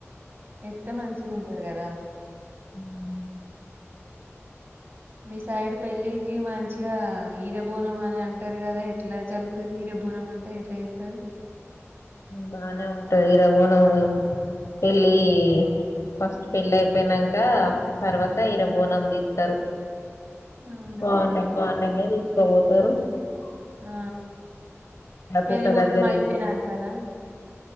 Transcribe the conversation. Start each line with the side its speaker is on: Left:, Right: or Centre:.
Right: ఎత్తే మంచిగా ఉంటాది కదా
Left: ఆమ్
Right: మీ సైడ్ పెళ్ళికి మంచిగా హీరబోనం అని అంటారు కదా ఎట్లా జరుగుతది హీరబోనం అంటే ఎట్లా చేస్తారు
Left: బానే ఉంటాది హీరబోనం పెళ్ళి ఫస్ట్ పెళ్ళి అయిపోయినాక తర్వాత హీరబోనం దిస్తారు
Right: అవునా
Left: మార్నింగ్ మార్నింగే తీసుకోబోతారు తరు
Right: ఆ పెళ్లి
Left: పుట్ట
Right: మొత్తం
Left: దగ్గర
Right: అయిపోయినంకనా